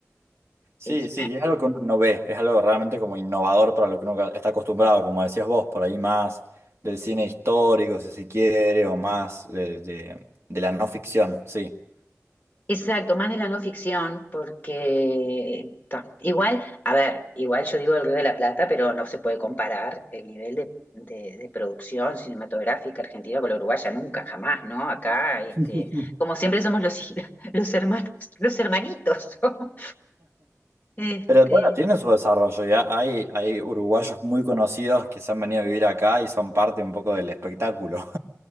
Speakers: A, on the right; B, on the left.
A: Sí,
B: el-
A: sí, y es algo que uno no ve, es algo realmente como innovador para lo que uno está acostumbrado, como decías vos, por ahí más del cine histórico, si se quiere, o más de, de- de la no ficción, sí.
B: Exacto, más de la no ficción, porque ta, igual, a ver, igual yo digo el Río de la Plata, pero no se puede comparar el nivel de, de- de producción cinematográfica argentina con la uruguaya, nunca, jamás, ¿no? Acá, este,
A: <laughs>
B: como siempre somos los, hij- <laughs> los hermanos, los hermanitos. ¿no? Este,
A: Pero bueno, tiene su desarrollo, ya hay, hay uruguayos muy conocidos que se han venido a vivir acá y son parte un poco del espectáculo.